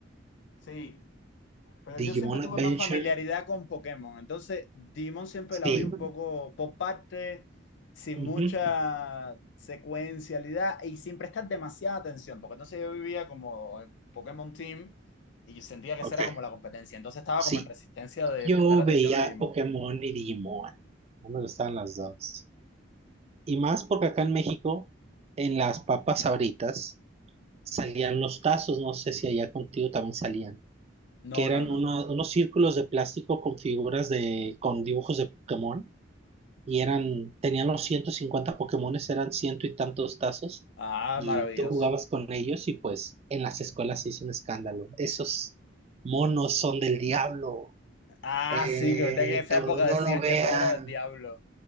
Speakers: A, on the left; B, on the right.
A: Sí, pero
B: Digimon
A: yo siempre tuve
B: Adventure.
A: más familiaridad con Pokémon. Entonces, Digimon siempre
B: Sí.
A: la vi un poco por parte, sin
B: Ujú.
A: mucha secuencialidad y sin prestar demasiada atención, porque entonces yo vivía como el Pokémon Team y sentía que
B: Ok.
A: esa era como la competencia. Entonces estaba
B: Sí.
A: como en resistencia de
B: Yo
A: prestarle atención
B: veía
A: a Digimon.
B: Pokémon y Digimon. No me gustaban las dos. Y más porque acá en México, en las papas Sabritas, salían los tazos. No sé si allá contigo también salían.
A: No,
B: Que eran
A: no, no.
B: una- unos círculos de plástico con figuras de, con dibujos de Pokémon. y eran, tenían los 150 Pokémones, eran ciento y tantos tazos,
A: Ah,
B: y
A: maravilloso.
B: tú jugabas con ellos y pues en las escuelas se hizo un escándalo. Esos monos son del diablo,
A: Ah,
B: eh,
A: sí, que verdad que en esa
B: todo,
A: época
B: no
A: decían
B: lo vean.
A: que todo era del diablo.